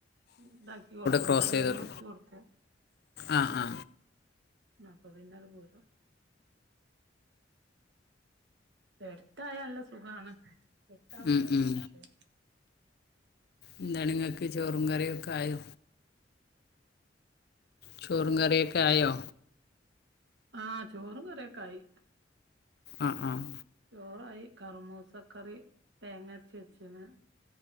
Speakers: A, on the right; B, on the left.
A: ഇതാക്കി കൊട്ക്കും
B: ക്രോസ്
A: റോഡ്
B: ചെയ്തോളും
A: വെല്ങ്ങ് മുർച്ച് കൊട്ക്കും.
B: ആ ആ
A: അപ്പ പിന്നത് പോരും. എട്ത്തായ നല്ല സുഖാണ്. വിട്ടാവുമ്പളാ
B: ഉം
A: ഒക്ക
B: ഉം
A: വിഷയം.
B: എന്താണ് ങ്ങക്ക് ചോറും കറിയൊക്കായോ? ചോറും കറിയൊക്കെ ആയോ?
A: ആഹ് ചോറും കറിയൊക്കായി.
B: ആഹ് ആഹ്.
A: ചോറായി കറുമൂസക്കറി തേങ്ങര് ച്ച് വെച്ച്ണ്